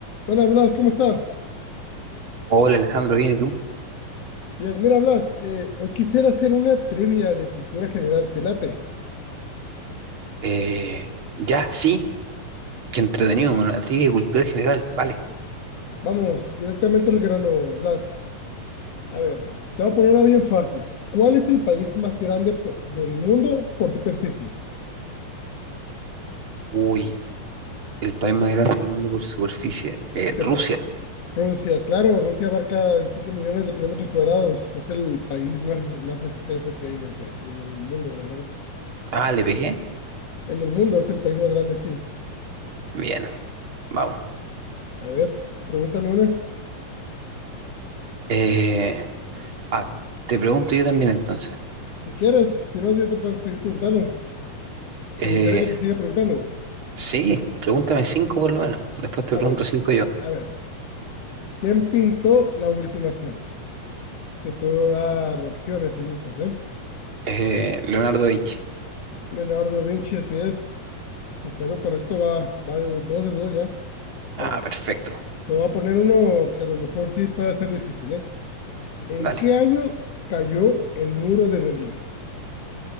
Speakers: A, on the left (about 55°); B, on the right (about 40°).
A: Buenas, Blas, ¿cómo estás?
B: Hola Alejandro, ¿bien y tú?
A: Bien, mira, Blas, eh, hoy quisiera hacer una trivia de cultura general, ¿te late?
B: Eh, ya, sí, qué entretenido, una trivia de cultura general, vale.
A: Vamos, directamente al grano, Blas. A ver, te voy a poner una bien fácil. ¿Cuál es el país más grande po- del mundo por superficie?
B: Uy, el país más grande del mundo por superficie. eh,
A: Te
B: Rusia.
A: pa- Rusia, claro, Rusia abarca 17 millones de kilómetros cuadrados. Es el país más, más extenso que hay en el, pa- en el mundo, la verdad.
B: Ah, le pegué.
A: En el mundo es el país más grande, sí.
B: Bien, vamos.
A: A ver, pregúntame una.
B: Eh, ah, te pregunto yo también entonces.
A: Si quieres, si no, yo te puedo seguir preguntando.
B: Eh,
A: ¿Te gustaría que te siga preguntando?
B: sí, pregúntame cinco por lo menos. Después te
A: Ah,
B: pregunto
A: bueno.
B: cinco yo.
A: A ver. ¿Quién pintó la última cena? Te puedo dar opciones si gustas, ¿eh?
B: Eh, Leonardo da Vinci.
A: Leonardo da Vinci, así es. Está lo correcto, va, va de dos de dos ya. A
B: Ah,
A: ver,
B: perfecto.
A: te voy a poner uno que a lo mejor sí puede ser difícil, ¿eh? ¿En
B: Dale.
A: qué año cayó el muro de Berlín?